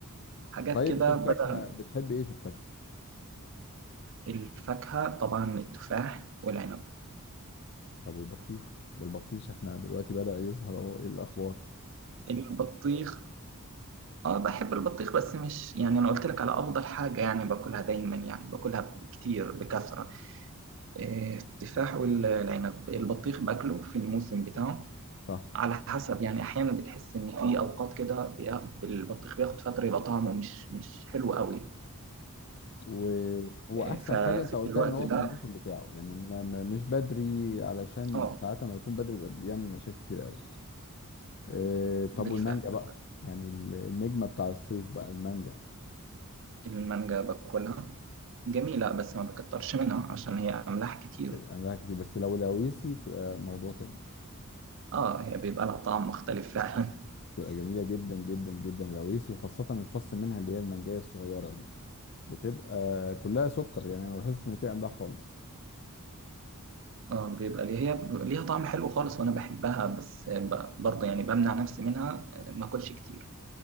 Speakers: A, on the right; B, on the left.
A: حاجات
B: طيب
A: كده
B: في الفاكهة
A: بدل
B: بتحب إيه في الفاكهة؟
A: الفاكهه طبعا التفاح والعنب
B: طب والبطيخ ده البطيخ إحنا دلوقتي بدأ يظهر أهو إيه الأخبار؟
A: البطيخ اه بحب البطيخ بس مش يعني انا قلت لك على افضل حاجه يعني باكلها دايما يعني باكلها بكتير بكثره إيه، التفاح والعنب البطيخ باكله في الموسم بتاعه
B: صح
A: على حسب يعني احيانا بتحس ان في اوقات كده بي- البطيخ بياخد فتره يبقى طعمه مش مش حلو قوي
B: وهو
A: آه،
B: احسن
A: ففي
B: حاجه انت قلتها
A: الوقت
B: ان هو
A: ده
B: في الموسم بتاعه يعني ما ما- مش بدري علشان
A: اه
B: ساعات ما يكون بدري بيبقى بيعمل مشاكل كتير قوي إيه طب
A: بالفعل
B: والمانجا بقى يعني ال- النجمه بتاع الصيف بقى المانجا
A: المانجا باكلها جميله بس ما بكترش منها عشان هي املاح كتير
B: عملها كتير بس لو لاويسي تبقى موضوع تاني
A: اه هي بيبقى لها طعم مختلف فعلا
B: تبقى جميله جدا جدا جدا لاويسي وخاصه الفص منها اللي هي المانجايه الصغيره دي بتبقى كلها سكر يعني ما بحسش ان فيها املاح خالص
A: <laughs> اه بيبقى ليه هي ب- ليها طعم حلو خالص وانا بحبها بس ب- برضه يعني بمنع نفسي منها آه، ما اكلش كتير